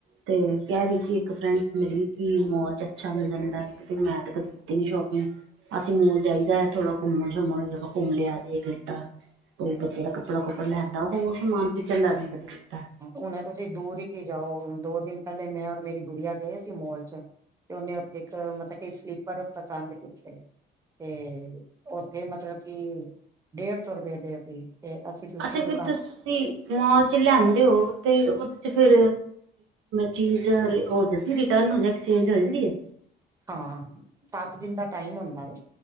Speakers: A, on the right (about 85°); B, on the right (about 15°).
A: ਤੇ ਕਹਿ ਰਹੀ ਸੀ ਇੱਕ ਫਰੈਂਡ ਮੇਰੀ ਕਿ ਮੋਲ 'ਚ ਅੱਛਾ ਮਿਲ ਜਾਂਦਾ, ਤੇ ਮੈਂ ਤਾਂ ਕਦੇ ਨੀ ਸ਼ੋਪਿੰਗ ਅਸੀਂ ਮੋਲ ਜਾਈਦਾ, ਥੋੜਾ ਘੁੰਮਣ-ਸ਼ੁਮਣ ਚਲੋ ਘੁੰਮ ਲਿਆ, ਦੇਖ਼ ਲੀਤਾ। ਕੋਈ ਬੱਚੇ ਦਾ ਕੱਪੜਾ-ਕੁੱਪੜਾ ਲੈਂਂਦਾ, ਹੋਰ ਸਮਾਨ ਕਿਚਣ ਦਾ ਨੀ ਕਦੇ ਲਿਤਾ।
B: ਹੁਣ ਤੁਸੀਂ ਦੂਰ ਹੀ ਕੀ ਜਾਓ, ਦੋ ਦਿਨ ਪਹਿਲੇ ਮੈਂ ਔਰ ਮੇਰੀ ਗੁੜੀਆ ਗਏ ਸੀ ਮੋਲ 'ਚ ਤੇ ਉਹਨੇ ਇੱਕ ਮਤਲਬ ਕੀ ਸਲੀਪਰ ਪਸੰਦ ਕੀਤੇ ਤੇ ਉੱਥੇ ਮਤਲਬ ਕਿ ਡੇਢ ਸੌ ਰੁਪਏ ਦੇ ਸੀ, ਤੇ ਅਸੀਂ ਦੂਜੀ
A: ਅੱਛਾ ਫਿਰ
B: ਦ
A: ਤੁਸੀਂ ਮੋਲ 'ਚ ਲਿਆਂਦੇ ਹੋ, ਤੇ ਓਥੇ ਫੇਰ ਚੀਜ਼ ਹੋ ਜਾਂਦੀ, ਰਿਟਰਨ ਹੋ ਜਾਂਦੀ, ਐਕਸਚੇਂਜ ਹੋ ਜਾਂਦੀ ਹੈ?
B: ਹਾਂ ਸੱਤ ਦਿਨ ਦਾ ਟਾਈਮ ਹੁੰਦਾ ਵੈ।